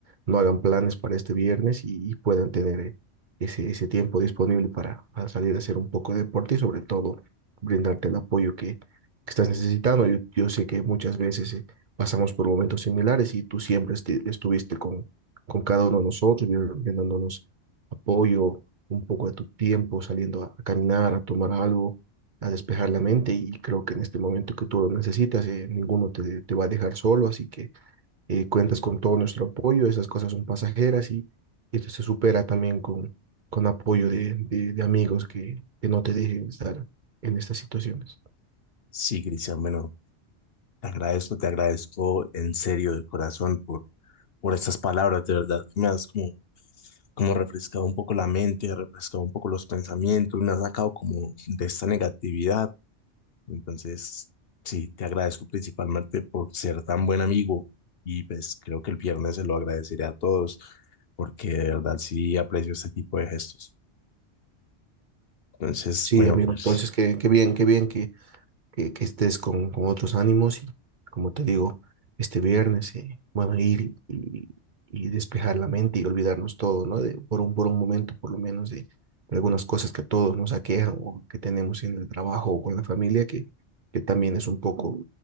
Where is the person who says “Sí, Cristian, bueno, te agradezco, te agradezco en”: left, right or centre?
Left